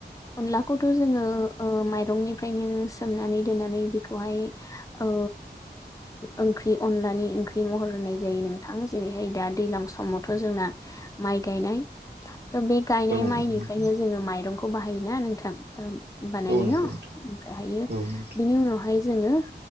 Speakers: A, on the left (about 20°); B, on the right (about 70°).
A: अनलाखौथ' ओ जोङो माइरंनिफ्रायनो सोमनानै दोननानै बेखौहाय ओ ओंख्रि अनलानि ओंख्रि महर होनाय जायो नोंथां जेरैहाय दा दैज्लां समावथ' जोंना माइ गायनाय था ता बे गायनाय
B: औ
A: माइनिफ्रायनो
B: नंगौ नोंथां
A: जोङो माइरंखौ बाहायोना नोंथां। बानायो
B: औ नंगौ
A: ना
B: नोंथां
A: ओमफ्रायहायो
B: औ नोंथां
A: बिनि उनाव हाय जोङो